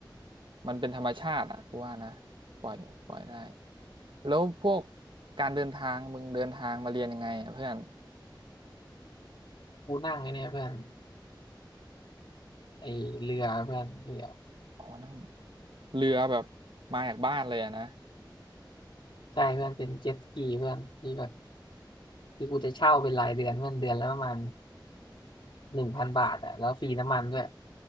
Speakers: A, on the right (about 85°); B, on the left (about 75°).
A: มันเป็นธรรมชาติอ่ะกูว่านะปล่อยปล่อยได้แล้วพวกการเดินทางมึงเดินทางมาเรียนยังไงอ่ะเพื่อน
B: กูนั่งไอ้เนี่ยเพื่อนไอ้เรือเพื่อนเรือ
A: อ๋อนั่งเรือแบบมาจากบ้านเลยอะนะ
B: ใช่เพื่อนเป็นเจ็ตสกีเพื่อนที่แบบที่กูจะเช่าเป็นรายเดือนเพื่อนเดือนละประมาณ หนึ่งพันบาทอ่ะแล้วฟรีน้ำมันด้วย